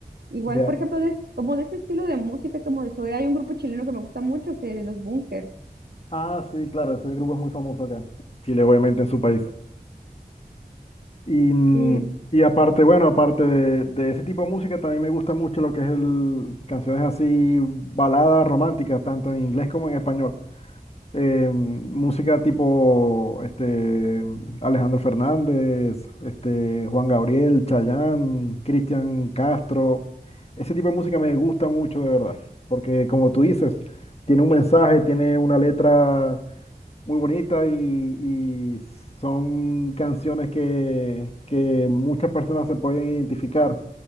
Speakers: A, on the right; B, on the left.
A: Igual,
B: Ya.
A: por ejemplo, de- como de ese estilo de música, como de soy, hay un grupo chileno que me gusta mucho, que de los Bunkers.
B: Ah, sí, claro, ese grupo es muy famoso acá. Chile, obviamente, en su país. Y, mm,
A: Sí,
B: y aparte, bueno, aparte de, de ese tipo de música, también me gusta mucho lo que es el canciones así, baladas románticas, tanto en inglés como en español. eh, música tipo este, Alejandro Fernández, este, Juan Gabriel, Chayanne, Cristian Castro. Ese tipo de música me gusta mucho, de verdad, porque como tú dices, tiene un mensaje, tiene una letra muy bonita y, y son canciones que, que muchas personas se pueden identificar